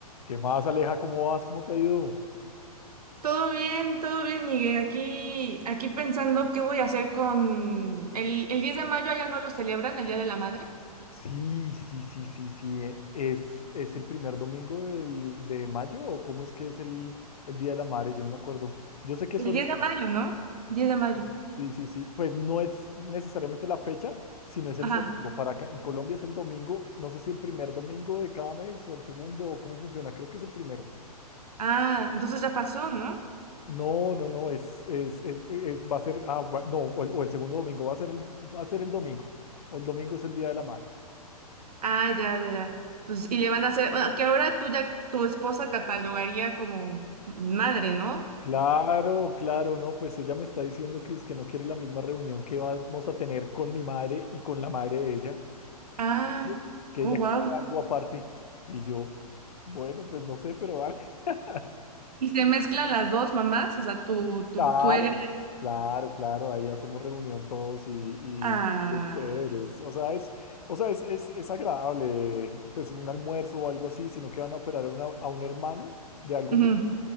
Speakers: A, on the left; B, on the right.
A: ¿Qué más, Aleja? ¿Cómo vas? ¿Cómo te ha ido?
B: Todo bien, todo bien, Miguel. Aquí, aquí pensando qué voy a hacer con el, el 10 de mayo, allá no lo celebran, el Día de la Madre.
A: Sí, sí, sí, sí, sí. e- ¿Es, es el primer domingo del- de mayo o cómo es que es el, el Día de la Madre? Yo no me acuerdo. Yo sé que es
B: El
A: ahorita.
B: diez de mayo, ¿no? 10 de mayo.
A: Sí, sí, sí. sí, Pues no es necesariamente la fecha, sino es el
B: Ajá.
A: domingo. Para acá, en Colombia es el domingo. No sé si el primer domingo de cada mes o el segundo o cómo funciona. Creo que es el primero.
B: Ah, entonces ya pasó, ¿no?
A: No, no, no. Es, es, es, es- va a ser. Ah, va- no, o el, o el segundo domingo va a ser el, va a ser el domingo. O el domingo es el Día de la Madre.
B: Ah, ya, ya, ya. Pues, y le van a hacer, bueno, que ahora tú ya, tu esposa catalogaría como madre, ¿no?
A: Claro, claro, no, pues ella me está diciendo que es que no quiere la misma reunión que vamos a tener con mi madre y con la madre de ella,
B: Ah,
A: ¿sí? que ella
B: oh, wow.
A: quiere algo aparte. Y yo, bueno, pues no sé, pero dale. <laughs>
B: Y se mezclan las dos mamás, o sea, tu, tu
A: Claro,
B: suegra.
A: claro, claro, ahí hacemos reunión todos y, y-
B: Ah,
A: y es chévere. es- o sea, es, o sea, es, es, es agradable, pues un almuerzo o algo así, sino que van a operar a, una- a un hermano de algo
B: ujú,